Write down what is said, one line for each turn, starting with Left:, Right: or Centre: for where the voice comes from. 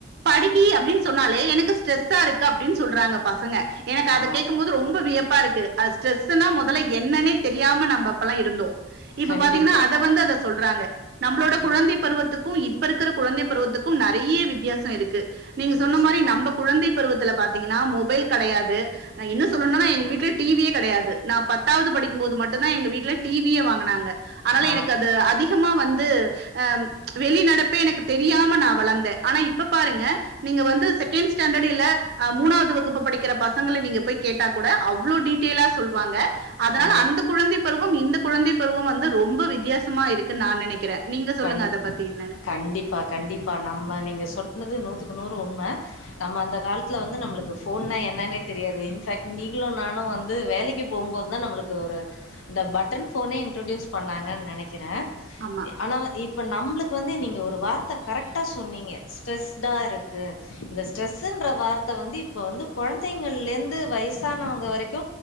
Right: படிக்கி அப்டின்னு சொன்னாலே எனக்கு ஸ்ட்ரஸார்க் கு அப்டின்னு சொல்றாங்க பசங்க எனக்கு அத
Left: ஆ
Right: கேக்கம்போது ரொம்ப வியப்பா இருக்கு அது ஸ்ட்ரெஸுனா மொதல என்னன்னே தெரியாம நாம அப்பல்லா இருந்தோ இப்ப
Left: கண்டிப்பா
Right: பாத்தீங்கனா அத வந்து அத சொல்றாங்க நம்மளோட குழந்தை
Left: ஆ
Right: பருவத்துக்கு இப் ப்பருக்குற குழந்தை பருவத்துக்கு நறைய வித்தியாசம் இருக்கு நீங்க
Left: நிச்சயமா
Right: சொன்ன மாரி நம்ம குழந்தை பருவத்துல பாத் பாத்திங்கனா மொபைல் கடையாது இன்னு சொல்லனும் னா எங்க வீட்ல டிவியே கிடையாது நா பத்தாவது படிக்கும்போது மட்டு தா எங்க வீட்ல டிவியே வாங்க கனாங்க அனால
Left: ஆ
Right: எனக்கு அது அதிகமா வந்து து ஆ வெளிநடப்பே எனக்கு தெரியாம நா வளந்தே ஆனா இப்ப பாருங்க நீங்க வந்து செகண்ட் ஸ்டாண்டர்ட் இல்ல ஆ மூணாவது வகுப்பு படிக்கிற பசங் பசங்கள நீங்க போய் கேட்டா கூட அவ்ளோ டீடெல்லா சொல்லுவாங்க அதனால
Left: ஆ
Right: அந்த குழந்தை பருவம் இந்த குழந்தைப்பருவொ வந்து ரொம்ப வித்யாசமா இருக்குன் நா நெனக்கிறே நீங்க சொல்லுங்க
Left: கண்டி
Right: அத பத்தி என்னனு
Left: கண்டிப்பா கண்டிப்பா நம்ம நீங்க சொன்னது நூத்துக்கு நூறு உண்ம நம்ம அந்த காலத்துல வந்து நம்மளுக்கு ஃபோன்னா என்னன்னே தெரியாது இன்ஃபேக்ட் நீங்களு நானு வந்து வேலைக்கு போம்போது தா நம்மளுக்கு ஒரு இந்த பட்டன் ஃபோனே இன்ட்ரடியூஸ் பண்ணாங்கன் நெனை க்கிறே
Right: ஆமா
Left: ஆனா இப்ப நம்ளுக்கு வந்து நீங்க ஒரு வார்த்த கரெக்டா சொன்னீங்க ஸ்ட்ரெஸ்டா இருக்கு இந்த ஸ்ட்ரெஸ்ஸுன்ற வார்த்த வந்து இப்ப வந்து கொழந்தைங்கள்லேந்து வயசானவுங்க வரைக்கு